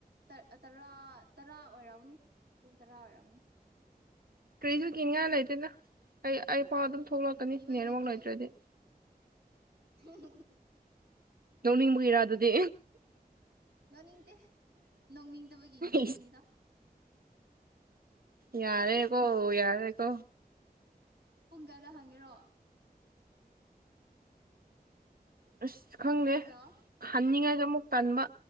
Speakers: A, on the right; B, on the right.
A: ꯇꯥ ꯑꯥ ꯇꯔꯥ ꯇꯔꯥ ꯑꯣꯏꯔꯝꯒꯅꯤ ꯄꯨꯡ ꯇꯔꯥ ꯑꯣꯏꯔꯝꯒꯅꯤ
B: ꯀ꯭ꯔꯤꯁꯨ ꯀꯤꯅꯤꯡꯉꯥꯏ ꯂꯩꯇꯦꯗ ꯑꯩ ꯑꯩ ꯐꯥꯎ ꯑꯗꯨꯝ ꯊꯣꯛꯂꯛꯀꯅꯤ
A: ꯀꯤꯕꯩ
B: ꯅꯦꯠꯋ꯭ꯔꯛ
A: ꯅꯠꯇꯦ
B: ꯂꯩꯇ꯭ꯔꯗꯤ
A: <inaudible>
B: ꯅꯣꯛꯅꯤꯡꯕꯒꯤꯔꯥ ꯑꯗꯨꯗꯤ
A: ꯅꯣꯛꯅꯤꯡꯇꯦ ꯅꯣꯡꯅꯤꯡꯗꯕꯒꯤ ꯅꯣꯛꯄꯅꯤꯗ
B: ꯏꯁ ꯌꯥꯔꯦꯀꯣ ꯌꯥꯔꯦꯀꯣ
A: ꯄꯨꯡ ꯀꯌꯥꯗ ꯍꯟꯒꯦꯔꯣ
B: ꯑꯁ ꯈꯪꯗꯦ
A: ꯍꯜꯂꯣ
B: ꯍꯟꯅꯤꯡꯉꯥꯏꯁꯨ ꯑꯃꯨꯛ ꯇꯟꯕ